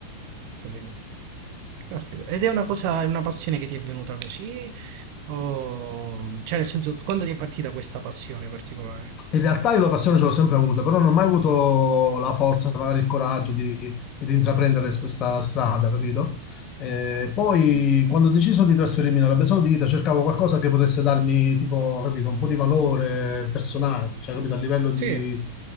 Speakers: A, on the right; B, on the left.
A: capito. Caspita. Ed è una cosa, è una passione che ti è venuta così? O... Cioè, nel senso, quando ti è partita questa passione particolare?
B: In realtà io la passione ce l'ho sempre avuta, però non ho mai avuto la forza, magari il coraggio di, di intraprendere questa strada, capito? Eh, poi
A: Mhm.
B: quando ho deciso di trasferirmi in Arabia Saudita cercavo qualcosa che potesse darmi, tipo, capito, un po' di valore personale, cioè, capito, a livello
A: Sì,
B: di...